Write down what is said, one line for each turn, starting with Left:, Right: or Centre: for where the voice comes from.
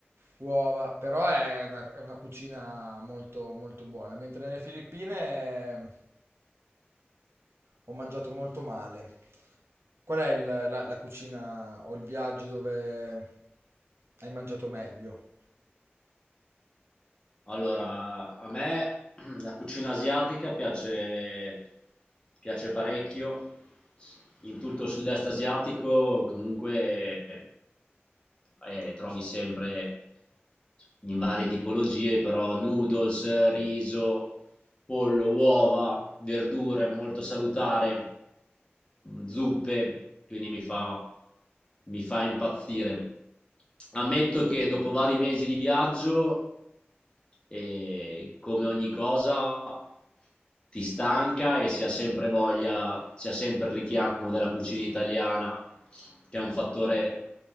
Right: uova, però è una, è una cucina molto, molto buona. Mentre nelle Filippine eh, ho mangiato molto male. Qual è il- la, la cucina o il viaggio dove hai mangiato meglio?
Left: Allora, a me la cucina asiatica piace, piace parecchio, in tutto il sud-est asiatico comunque eh, trovi sempre in varie tipologie, però noodles, riso, pollo, uova, verdure, molto salutare, zuppe, quindi mi fa mi fa impazzire. Ammetto che dopo vari mesi di viaggio, eh, come ogni cosa, ti stanca e si ha sempre voglia, si ha sempre il richiamo della cucina italiana, che è un fattore